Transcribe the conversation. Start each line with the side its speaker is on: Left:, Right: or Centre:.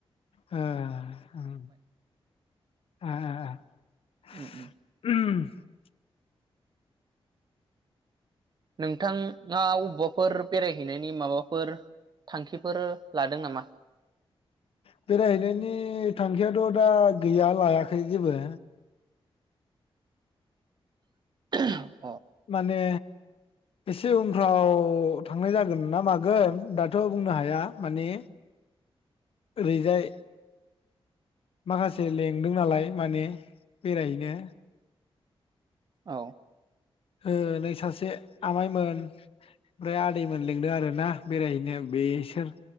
Left: एहहह उम एह एह एह
Right: उम उम
Left: उम <inaudible>
Right: नोंथाङा अबेबाफोर बेरायहैनायनि माबाफोर थांखिफोर लादों नामा
Left: बेरायहैनायनि थांखिया थ' दा गैया लायाखै जेबो।
Right: <inaudible>
Left: माने एसे उनफ्राव थांनाय जागोन ना मागोन दाथ' बुंनो हाया माने ओरैजाय माखासे लेंदों नालाय माने बेरायहैनो।
Right: औ।
Left: ओ नै सासे आमाइमोन ओमफ्राय आदैमोन लिंदों आरोना बेरायहैनो बेसोर